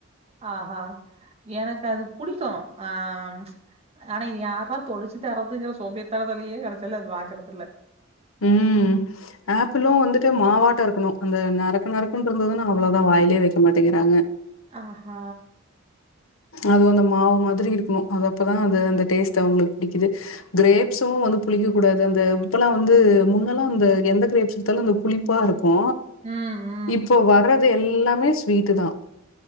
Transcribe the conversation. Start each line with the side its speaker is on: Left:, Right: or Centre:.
Right: ஆஹா எனக்கது புடிக்கு ஆம் ஆனா இது யாரா தொலிச்சி தரதுங்குற சோம்பேறி தனத்துலயே கடைசீல அது வாங்குறதில்ல
Left: ம் ஆப்பிளு வந்துட்டு மாவாட்ட இருக்கணு அந்த நரக்க நறுக்குன்றந்ததுனா அவ்ளவுதா வாயிலயே வெய்க்க மாட்டேங்கிறாங்க
Right: ஆ ஹா
Left: அது அந்த மாவு மாத்ரி இருக்கணு அது அப்பதா அது அந்த டேஸ்ட்டு அவுங்களுக்கு புடிக்குது க்ரேப்ஸு வந்து புளிக்க கூடாது அந்த இப்பெல்லா வந்து முன்னெலா அந்த எந்த க்ரேப்ஸ் வித்தாலு அந்த புளிப்பா இருக்கு
Right: ம் ம்
Left: இப்போ வர்றது எல்லாமே ஸ்வீட்டு தா